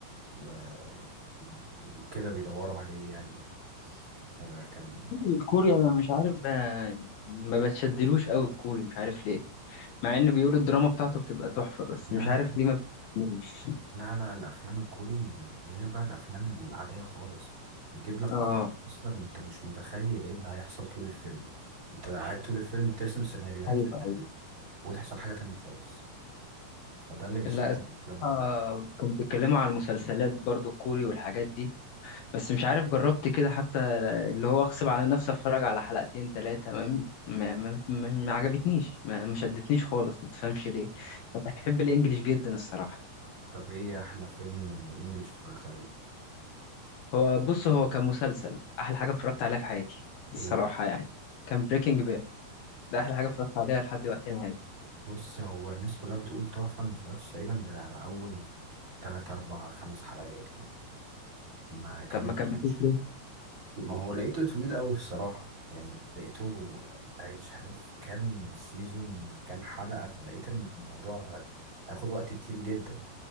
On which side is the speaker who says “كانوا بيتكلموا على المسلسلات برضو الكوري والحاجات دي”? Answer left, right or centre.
Left